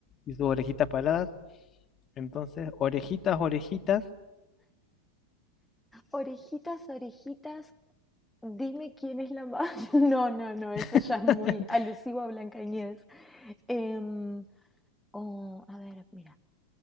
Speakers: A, on the left; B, in the centre.
A: y sus orejitas paladas. Entonces, orejitas, orejitas.
B: Orejitas, orejitas, Dime quién es la más. <laughs> No, no, no, eso
A: <laughs>
B: ya es muy alusivo a Blancanieves. Em, oh, a ver, mira.